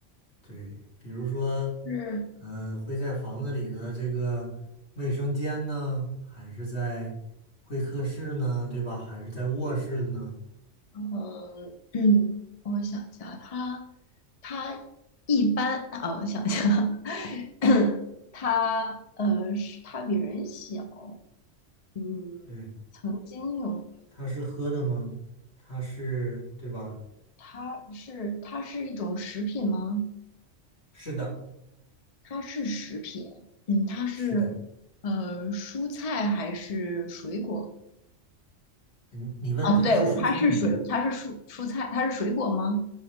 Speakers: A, on the left; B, on the left.
A: 对，比如说，
B: 是
A: 嗯、会在房子里的这个卫生间呢，还是在会客室呢，对吧？还是在卧室呢？
B: 嗯，<clears throat> 我想一下，他他一般啊，我想一下，<clears throat> 他呃，是他比人小，嗯，
A: 对，
B: 曾经有
A: 它是喝的吗？它是，对吧？
B: 他是它是一种食品吗？
A: 是的，
B: 它是食品，嗯，它是
A: 是的。
B: 呃蔬菜还是水果？
A: 你你问它是蔬菜吗？
B: 啊，对，我它是水，它是蔬蔬菜，它是水果吗？